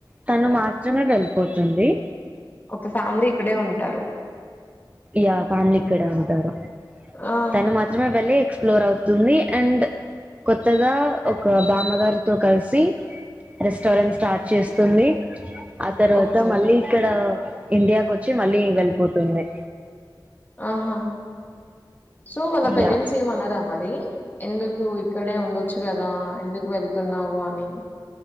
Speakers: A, on the right; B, on the left.
A: తను మాత్రమే వెళ్ళిపోతుంది
B: ఓకే. ఫ్యామిలీ ఇక్కడే ఉంటారు.
A: యా ఫ్యామిలీ ఇక్కడే ఉంటారు
B: ఆ!
A: తను మాత్రమే వెళ్ళి ఫ్లోర్ అవుతుంది అండ్ కొత్తగా ఒక బామ్మగారితో కలిసి రెస్టారెంట్ స్టార్ట్ చేస్తుంది ఆ తర్వాత
B: ఓకే.
A: మళ్ళీ ఇక్కడ ఇండియాకొచ్చి మళ్ళీ వెళ్ళిపోతుంది
B: ఆహా సో వాళ్ళ పేరెంట్స్
A: యా
B: ఏమనరా మరి ఎందుకు ఇక్కడే ఉండొచ్చు గదా ఎందుకు వెళ్తున్నావు అని